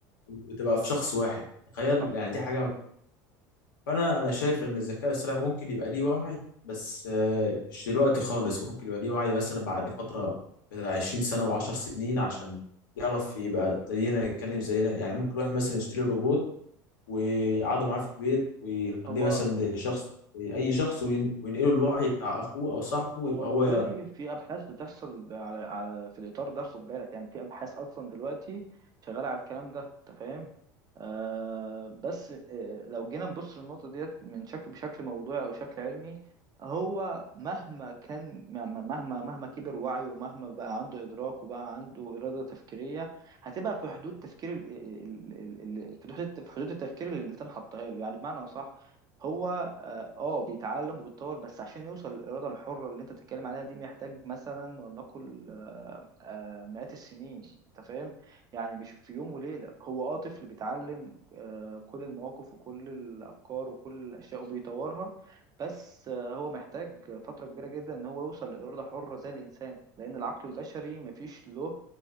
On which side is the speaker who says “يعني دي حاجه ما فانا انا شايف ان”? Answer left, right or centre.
Left